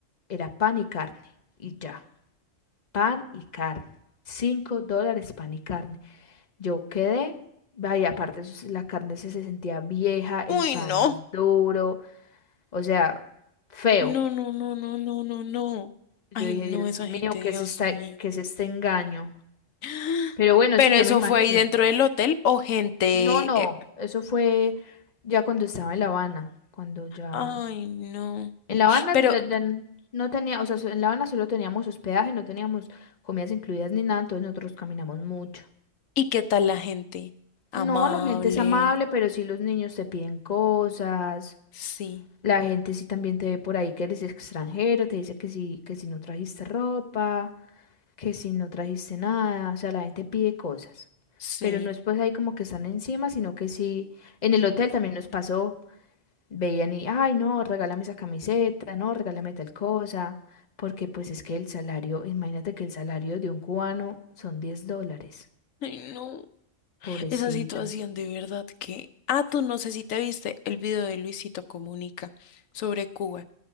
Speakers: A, on the left (about 35°); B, on the left (about 80°).
A: era pan y carne, y ya, pan y carne. Cinco dólares pan y carne. Yo quedé, vaya, aparte eso sí, la carne se, se sentía vieja, el
B: Uy,
A: pan
B: no.
A: duro, o sea, feo.
B: No, no, no, no, no, no, no.
A: Yo
B: Ay,
A: dije,
B: no,
A: Dios
B: esa
A: mío,
B: gente, Dios
A: ¿qué es esta-
B: mío.
A: qué es este engaño?
B: <gasps>
A: Pero bueno,
B: Pero
A: sí, yo
B: eso
A: me imagino.
B: fue ahí dentro del hotel o gente.
A: No, no,
B: eh,
A: eso fue ya cuando estaba en La Habana, cuando ya
B: Ay, no.
A: En La Habana
B: Pero,
A: ya- ya n- no tenía, o sea, so- en La Habana solo teníamos hospedaje, no teníamos comidas incluidas ni nada, entonces nosotros caminamos mucho.
B: ¿y qué tal la gente? Amable.
A: No, la gente es amable, pero sí los niños te piden cosas.
B: Sí,
A: La gente sí también te ve por ahí que eres extranjero, te dice que sí, que si no trajiste ropa, que si no trajiste nada, o sea, la gente pide cosas.
B: sí.
A: Pero no es pues ahí como que están encima, sino que sí, en el hotel también nos pasó. Veían y, ay, no, regálame esa camiseta, no, regálame tal cosa, porque pues es que el salario, imagínate que el salario de un cubano son 10 dólares,
B: Ay, no.
A: pobrecitos.
B: Esa situación de verdad que. Ah, tú no sé si te viste el video de Luisito Comunica sobre Cuba.